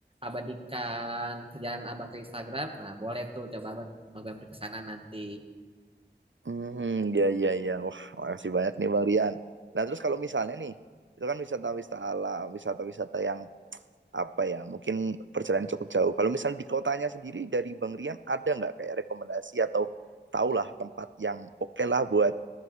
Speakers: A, on the right (about 30°); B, on the right (about 85°).
A: abadikan perjalanan Abang ke Instagram, nah boleh tuh coba Abang mampir ke sana nanti.
B: Hmm, ya, ya, ya. Wah, makasih banyak nih Bang Rian. Nah, terus kalau misalnya nih, itu kan wisata-wisata alam, wisata-wisata yang apa ya, mungkin perjalanan cukup jauh. Kalau misalnya di kotanya sendiri dari Bang Rian, ada nggak kayak rekomendasi atau tahulah tempat yang oke lah buat